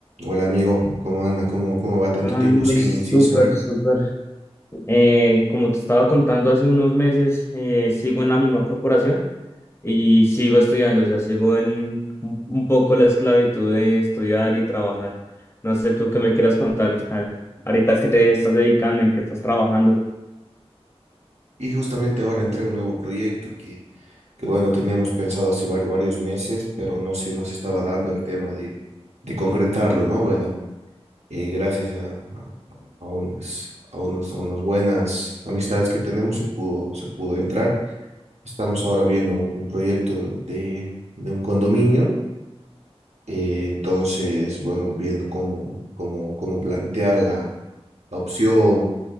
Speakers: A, on the right; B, on the left.
A: Hola amigo, ¿cómo anda? ¿Cómo, cómo va tanto
B: Hola
A: tiempo
B: amigos,
A: sin, sin
B: súper,
A: saber?
B: súper. Eh, como te estaba contando hace unos meses, eh, sigo en la misma corporación y sigo estudiando, o sea, sigo en un un poco la esclavitud de estudiar y trabajar. No sé tú qué me quieras contar, a- ahorita qué te estás dedicando, en qué estás trabajando.
A: Y justamente ahora entré a un nuevo proyecto que, que bueno, teníamos pensado hace vari- varios meses, pero no se, no se estaba dando el tema de, de concretarlo, ¿no? Bueno, eh, gracias a, a, a unas, a unos, a unas buenas amistades que tenemos se pudo, se pudo entrar. Estamos ahora viendo un, un proyecto de, de un condominio, eh, entonces, bueno, viendo cómo, cómo, cómo plantear la la opción